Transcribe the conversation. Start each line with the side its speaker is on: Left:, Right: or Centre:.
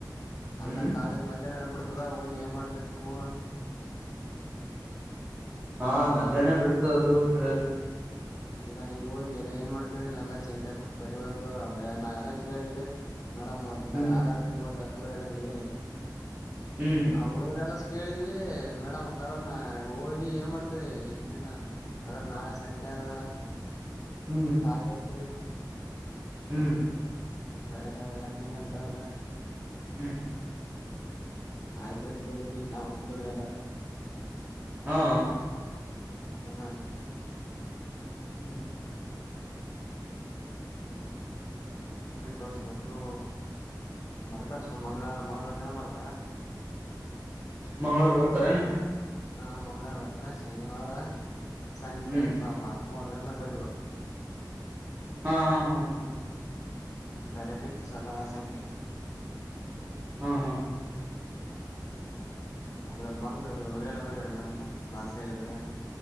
Right: ಹ್ಮ್
Left: ಯಲ್ಲ ಕಾಲಜ್ ಮಧ್ಯಾಹ್ನ ಬಿಡ ಹದ ಏನ್ ಮಾಡ್ತರಿ ನೀವು.
Right: ಹಾ ಮಧ್ಯಾಹ್ನನೆ ಬಿಡ್ತ ಅ ಅದುರತ್ <inaudible>
Left: ಅಲ್ಲಾ ಈಗ್ ಹೋಗಿ ಎ ಏನ್ ಮಾಡ್ತ ಎಲ್ಲಾ ಚತ್ ಕುಂತ್ ಬರಿಬೇಕು ಬ ನಾವ್ ಎಲ್ಲಾ ಕೇಳಿದ್ವಿ. ಮೇಡಮ್ ಮೂರ್ ದಿನದ
Right: ಹ್ಮ್
Left: ಆಗಲ್ರಿ ನೋ ಬರದಂಗೆ
Right: ಹ್ಮ್
Left: ಆ ಹುಡುಗರೆಲ್ಲ ಕೇಳಿದ್ವಿ ಮೇಡಮ್ ಅಷ್ಟ ಅದ್ರ ನ ಹೋಗಿ ಏನ್ ಮಾಡ್ತರಿ ಎಷ್ಟ ದಿನ ಅದ್ರ ನಾಳೆ ಸಂಡೆ ಆದ.
Right: ಹ್ಮ್
Left: ಕಾಲಿ ಇರ್ತ್ರಿ.
Right: ಹ್ಮ್
Left: ಬರಕ್ಗಲ್ಲ ಹಂಗಿಗಂತ ಅಂದ್ರ.
Right: ಹ್ಮ್
Left: ಆಯ್ತ್ರಿ ಅಂತೇಳಿ ನಾವು್ ನೋಡುದ್ರ ಎಲ್ಲಾರು.
Right: ಹಾ
Left: ಹ್ಮ
Right: ಹ್ಮ್ ಹ್ಮ್
Left: ಹಯ್ ತೋರ್ಸ್ಬೇಕು ಬರ್ತಾರ್ ಸು ಮಂಗ್ಗಳಾರ್ ಮಂಗ್ಗಳವಾರ ದಿನ ಬರ್ತಾರ.
Right: ಮಂಗಳವಾರ ಬರ್ತಾರನು.
Left: ಹಾ ಮಂಗಳವಾರ ಬರ್ತಾರೆ ಶನಿವಾರ ಸಂಡೇ
Right: ಹ್ಮ್
Left: ಸೋಮವಾರ. ಮೂರ್ ದಿಂದಗ್ ಬರಿಬೇಕು
Right: ಹಾ ಹಾ ಹಾ ಹಾ
Left: ಹ್ಮ್ ಬರೆಕತ್ತಿನ್ ಸೊಸಕಾಸ್ ಅಂಗೇ.
Right: ಹಾ ಹಾ
Left: ನಾ ಇವತ್ ಬಂದು ಹೇಳಬೇಕ್ಯಾರ ಮೇಡಮ್ ಕ್ಲಾಸ್ ಹೇಳಿದ್ರೆ.